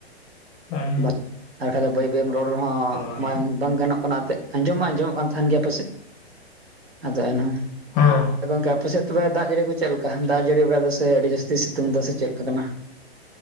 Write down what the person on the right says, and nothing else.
ᱵᱟᱪ, ᱟᱨ ᱵᱟᱠᱷᱟᱡ ᱫᱚ, ᱵᱟᱹᱭ ᱵᱟᱹᱭ ᱮᱢ, ᱨᱚᱲ ᱨᱮᱦᱚᱸ,
ᱵᱟᱝ ᱜᱟᱱᱚᱜ ᱠᱟᱱᱟ ᱾ ᱮᱱᱛᱮᱫ ᱟᱸᱡᱚᱢ ᱢᱟ, ᱟᱸᱡᱚᱢᱚᱜ ᱠᱟᱱ ᱛᱟᱦᱮᱱ ᱜᱮᱭᱟ, ᱯᱟᱥᱮᱫ ᱟᱫᱚ, ᱮᱱᱦᱚᱸ,
ᱛᱚ, ᱜᱚᱝᱠᱮ, ᱟᱯᱮ ᱥᱮᱫ ᱛᱚᱵᱮ ᱫᱟᱜ ᱡᱟᱹᱲᱤ ᱠᱚ, ᱪᱮᱫ ᱞᱮᱠᱟ? ᱫᱟᱜ ᱡᱟᱹᱲᱤ ᱵᱟᱲᱟᱭ ᱮᱫᱟ ᱥᱮ, ᱟᱹᱰᱤ ᱡᱟᱹᱥᱛᱤ ᱥᱤᱛᱩᱝ ᱮᱫᱟ ᱥᱮ, ᱪᱮᱫ ᱞᱮᱠᱟ ᱠᱟᱱᱟ